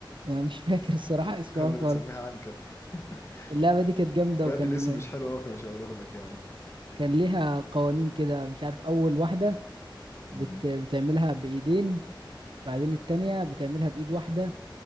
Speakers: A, on the right; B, on the left.
A: أنا مش فاكر الصراحة
B: <laughs>
A: <laughs> اسمها
B: كنا بنسميها
A: خالص
B: عنكب <laughs>
A: اللعبة دي كانت جامدة
B: بقت
A: وكان
B: الاسم مش حلو أوي فمش هقوله لك يعني
A: كان ليها قوانين كده مش عارف أول واحدة
B: مم.
A: بت... بتعملها بإيدين بعدين التانية بتعملها بإيد واحدة